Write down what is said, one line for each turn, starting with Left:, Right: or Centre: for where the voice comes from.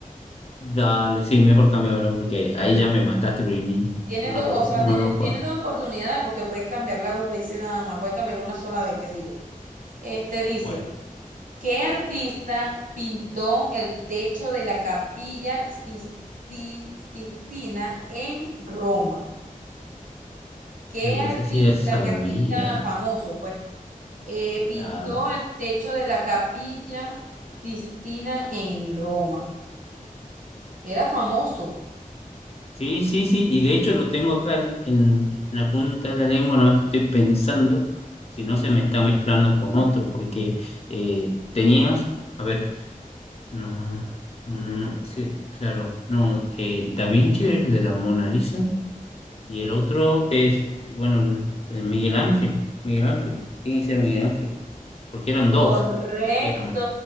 Left: dale, sí, mejor cambiarlo porque ahí ya me mataste porque ni-
Right: Tienes
Left: no
Right: dos,
Left: lo,
Right: o sea,
Left: no
Right: tienes,
Left: lo conozco.
Right: tienes dos oportunidades porque puedes cambiarla dos veces nada más. Puedes cambiarla una sola vez, que digo. Este dice,
Left: Bueno,
Right: ¿qué artista pintó el techo de la Capilla Sisti- Sistina en Roma? ¿Qué
Left: ahí
Right: artista,
Left: ese sí ya sabía.
Right: qué artista famoso, pues, eh, pintó
Left: Claro.
Right: el techo de la Capilla Sistina en Roma? Era famoso.
Left: Sí, sí, sí, y de hecho lo tengo acá en, en la punta de la lengua, no que estoy pensando si no se me está mezclando con otro, porque eh, tenías, a ver, no, no, no, no, sí, claro, no, eh, Da Vinci es el de la Mona Lisa y el otro es, eh, bueno, el, el Miguel Ángel, Miguel Ángel, tiene que ser Miguel Ángel, porque eran
Right: Correcto.
Left: dos, que eran,